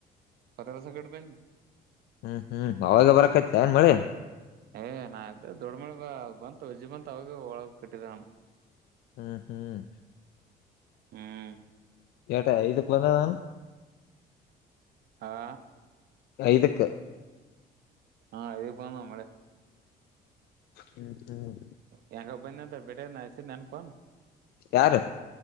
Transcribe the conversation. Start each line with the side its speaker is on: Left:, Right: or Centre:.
Right: ಪತತ್ರಾಸಕ ಬನ್ನೆ.
Left: ಹ್ಮ್ ಹ್ಮ್ ಅವಾಗ ಬರಕೈತ್ತನ್ ಮಳಿ.
Right: ಏ ನಾದ ದೊಡ್ಡ್ಮೇಳ ಬ ಬಂತ ವಜ್ಜಿ ಬಂತತ್ ಅವಾಗ ಒಳಗ ಕಟ್ಟಿದ ನಾನು.
Left: ಹ್ಮ್ ಹ್ಮ್
Right: ಹ್ಮ್
Left: ಎಟಾ ಐದುಕ್ ಬಂದದನ್.
Right: ಹಾ
Left: ಐದಕ್ಕ.
Right: ಹಾ ಈಗ್ ಬಂಧನ್ ಮಳೆ.
Left: ಹ್ಮ ಹ್ಮ
Right: ಹೆಂಗ ಬಂದ ಅಂತ ಬಿಡ ಆಸ ನೆನ್ಪನು.
Left: ಯಾರು.